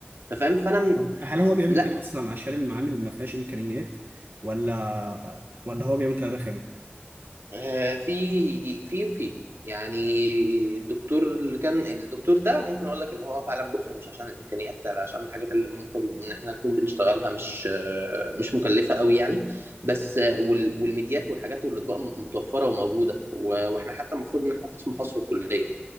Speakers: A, on the right (about 85°); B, on the right (about 55°).
A: ففاهم فانا م-
B: طب هل هو بيعمل
A: لا
B: كده اصلا عشان المعامل ما فيهاش امكانيات ولا ولا هو بيعمل كده رخامه؟
A: آه، في في وفي يعني الدكتور اللي كان الدكتور ده ممكن اقول لك ان هو فعلا بخل مش عشان الامكانيات لا عشان الحاجات اللي ممكن ان احنا نكون بنشتغلها مش آه، مش مكلفه قوي يعني بس آه، وال- والميديات والحاجات والاطباق متوفره وموجوده و- واحنا حتى المفروض ان احنا قسم خاص في الكليه